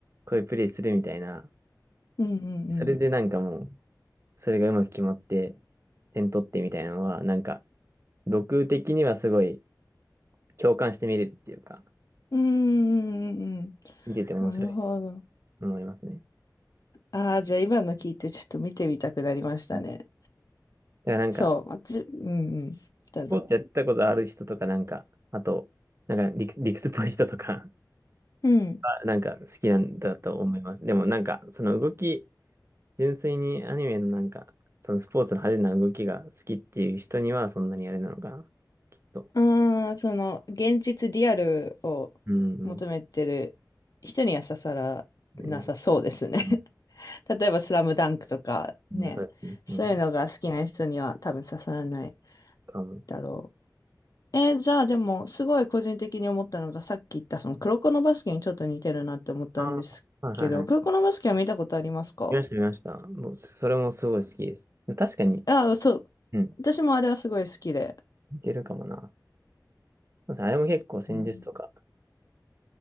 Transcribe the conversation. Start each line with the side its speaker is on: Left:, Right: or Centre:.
Right: こういうプレイするみたいな、
Left: うんうんうん。
Right: それでなんかもう、それがうまく決まって、点取ってみたいなのは、なんか、僕的にはすごい共感して見れるっていうか、
Left: うんうんうん
Right: 見てて面白い。
Left: うん。なるほど。
Right: 思いますね。
Left: ああ、じゃあ今の聞いてちょっと見てみたくなりましたね。
Right: だからなんか、
Left: そう、私、うんうん、どうぞ。
Right: スポーツやったことある人とか、なんか、あと、なんか理理屈っぽい人とか
Left: うん。
Right: は、なんか好きなんだと思います。でもなんか、その動き、純粋にアニメのなんか、そのスポーツの派手な動きが好きっていう人にはそんなにあれなのかな、きっと。
Left: ああ、その、現実リアルを
Right: うんうん。
Left: 求めてる人には刺さらなさそうですね。
Right: ね
Left: <laughs>
Right: うん
Left: 例えば、スラムダンクとかね、
Right: まあそうですね。
Left: そういうのが好きな人には多分刺さらない
Right: うん。かも。
Left: だろう。えーじゃあでも、すごい個人的に思ったのが、さっき言ったその、黒子のバスケにちょっと似てるなって思ったんですけど、
Right: ああ、はいはいはい。
Left: 黒子のバスケは見たことありますか
Right: 見ました、見ました。もう、それもすごい好きです。確かに、
Left: あ、そう。
Right: うん。
Left: 私もあれはすごい好きで、
Right: 似てるかもな。そうですねあれも結構戦術とか、
Left: うん